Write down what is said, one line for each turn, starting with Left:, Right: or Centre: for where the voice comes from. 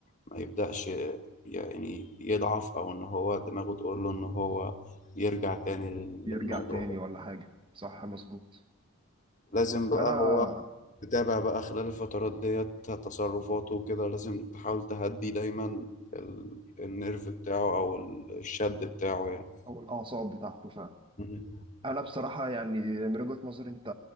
Left: ما يبدأش يعني يضعف أو إن هو دماغه تقول له إن هو يرجع تاني
Right: يرجع
Left: للموضوع
Right: تاني
Left: ده
Right: ولا حاجة صح مظبوط
Left: لازم بقى
Right: أنا
Left: هو تتابع بقى خلال الفترات ديت تصرفاته وكده لازم تحاول تهدي دايما ال- النيرف بتاعه أو ال- الشد بتاعه يعني
Right: أو الأعصاب بتاعته فعلا
Left: مهم.
Right: أنا بصراحة يعني من وجهة نظري أنت